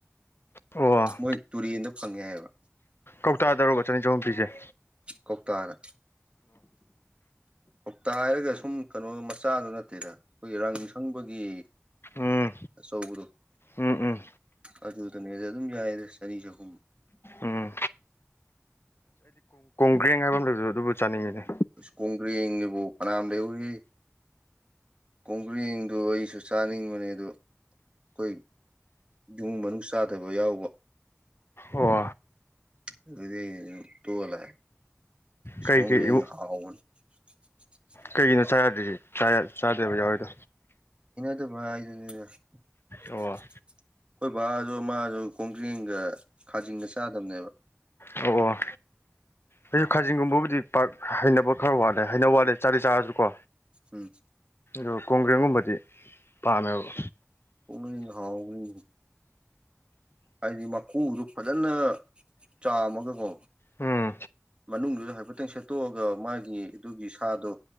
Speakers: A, on the left; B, on the right.
A: ꯑꯣ
B: ꯃꯣꯏ ꯇꯨꯔꯤꯦꯟꯗ ꯐꯪꯉꯦꯏꯑꯕ
A: ꯀꯧꯇꯥꯗꯔꯣꯒ ꯆꯅꯤ ꯆꯍꯨꯝꯄꯤꯤꯁꯦ
B: ꯀꯣꯛꯣꯛꯇꯥꯅ ꯀꯧꯇꯥ ꯍꯥꯏꯔꯒ ꯁꯨꯝ ꯀꯩꯅꯣ ꯃꯆꯥꯗ ꯅꯠꯇꯦꯗ ꯑꯩꯈꯣꯏꯒꯤ ꯔꯪ ꯁꯪꯕꯒꯤ
A: ꯎꯝ
B: ꯆꯧꯒꯨꯔꯨ
A: ꯎꯝ ꯎꯝ
B: ꯑꯗꯨꯗꯅꯦꯗꯤ ꯑꯗꯨꯝ ꯌꯥꯏꯌꯦ ꯆꯅꯤ ꯆꯍꯨꯝ
A: ꯎꯝ ꯕ꯭ꯔꯦꯡ ꯍꯥꯏꯕ ꯑꯃꯗꯨꯗꯁꯨ ꯑꯗꯨꯕꯨ ꯆꯥꯅꯤꯡꯉꯤꯅꯦ
B: ꯀꯣꯒꯔꯤ ꯌꯦꯦꯕꯨ ꯃꯅꯥꯝ ꯂꯩ ꯎꯏ ꯀꯣꯡꯒ꯭ꯔꯦꯡꯗꯣ ꯑꯩꯁꯨ ꯆꯥꯅꯤꯡꯕꯅꯦ ꯑꯗꯣ ꯑꯩꯈꯣꯏ ꯏꯃꯨꯡ ꯃꯅꯨꯡ ꯆꯥꯗꯕ ꯌꯥꯎꯕ
A: ꯑꯣ
B: ꯑꯗꯨꯗꯤ ꯇꯣꯂ ꯁꯀꯣ
A: ꯀꯩ ꯀꯩ
B: ꯍ <unintelligible> <inaudible>
A: ꯀꯩꯒꯤꯅꯣ ꯆꯥ ꯌꯥꯗ꯭ꯔꯤꯁꯤ ꯆꯥꯗꯕ ꯌꯥꯎꯋꯣꯏꯗꯣ
B: ꯑꯗꯨ ꯚꯗ ꯑꯩꯈꯣꯏ
A: ꯑꯣ
B: ꯚꯕꯥꯁꯨ ꯃꯥꯁꯨ ꯀꯣꯡꯖꯤꯡꯒ ꯈꯥꯖꯤꯡꯒ ꯆꯥꯗꯝꯕꯅꯦꯕ
A: ꯑꯣ ꯑꯣ ꯑꯩꯁꯨ ꯈꯥꯖꯤꯡꯒꯨꯝꯕꯕꯨꯗꯤ ꯄꯥꯛ ꯍꯩꯅꯕ ꯈꯔ ꯋꯥꯠꯂꯦ ꯍꯩꯅ ꯋꯥꯠꯂꯦ ꯆꯥꯗꯤ ꯆꯥꯔꯁꯨ ꯀꯣ
B: ꯎꯝ
A: ꯑꯣ ꯀꯣꯡꯒ꯭ꯔꯦꯡꯒꯨꯝꯕꯗꯤ ꯄꯥꯝꯃꯦꯕ
B: ꯎ ꯍꯥꯎ ꯎꯅꯤ ꯍꯥꯏꯗꯤ ꯃꯀꯨꯗꯨ ꯐꯖꯅ ꯆꯥꯝꯃꯒꯀꯣ
A: ꯎꯝ
B: ꯃꯅꯨꯡꯗꯨꯗ ꯍꯥꯏꯐꯦꯠꯇꯪ ꯁꯦꯠꯇꯣꯛꯑꯒ ꯃꯥꯒꯤ ꯑꯗꯨꯒꯤ ꯁꯥꯗꯣ